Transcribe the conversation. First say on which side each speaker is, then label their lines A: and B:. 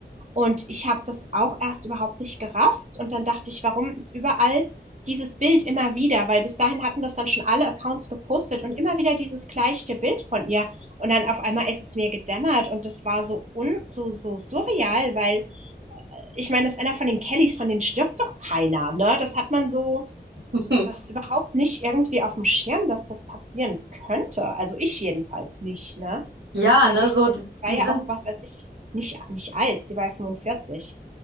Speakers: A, on the right; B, on the right.
A: Und ich habe das auch erst überhaupt nicht gerafft und dann dachte ich: „Warum ist überall dieses Bild immer wieder?“ Weil bis dahin hatten das dann schon alle Accounts gepostet und immer wieder dieses gleiche Bild von ihr. Und dann auf einmal ist es mir gedämmert und das war so un so so surreal, weil ich meine, dass einer von den Kellys, von denen stirbt doch keiner, ne? Das hat man so,
B: <laughs>
A: so, das überhaupt nicht irgendwie auf dem Schirm, dass das passieren könnte. Also ich jedenfalls nicht, ne?
B: Ja,
A: Und
B: ne,
A: ich,
B: so,
A: sie
B: die,
A: war
B: die
A: ja
B: sind,
A: auch, was weiß ich, nicht, nicht alt, sie war ja 45.